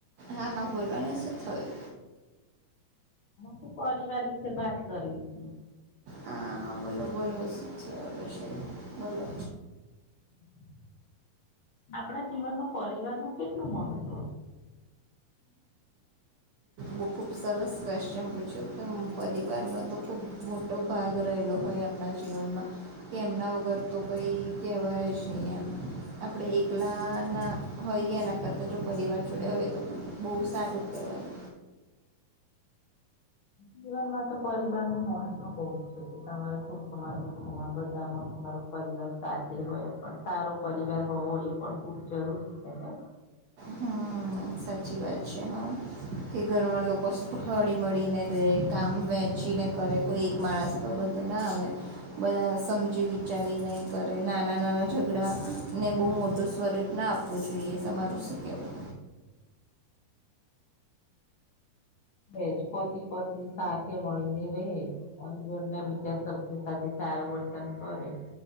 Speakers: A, on the right; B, on the left.
A: હા હા બોલો ને શું થયું
B: તો પરીવાર વિશે વાત કરવી તી.
A: હા બોલો બોલો. શું ચાલે છે બોલો.
B: <inaudible> આપડા જીવનમાં પરિવારનું કેટલું મહત્વ? <unintelligible>
A: બઉ ખૂબ સરસ કવેશ્ચન પૂછ્યું કે પરિવારનો તો ખૂબ મોટો ભાગ રહેલો હોય આપડા જીવનમાં કે એમના વગર તો કઈ કહેવાય જ નઈ એમ. આપડે એકલા ના હોઈએ. એના કરતા જો પરિવાર જોડે હોય તો બહુ સારું કેવાય.
B: જીવનમાં તો પરિવારનું મહત્વ બઉ જ છે કે તમારા સુખમાં દુખમાં બધામાં તમારો પરિવાર સાથે હોય પણ સારો પરિવાર હોવો એ પણ ખુબ જરૂરી છે ને. <inaudible>
A: હમ સાચી વાત છે. હન કે ઘરમાં લોકો હળી-મળીને રે કામ વહેચીને કરે. કોઈ એક માણસ પર બધું ના આવે બધા સમજી વિચારીને કરે નાના ના નાના ઝઘડાને બઉ મોટું સ્વરૂપ ના આપવું જોઈએ. તમારું શું કેવું?
B: પતિ-પત્ની સાથે મળીને રહે. અને ઘરના બીજા સભ્યો સાથે સારું વર્તન કરે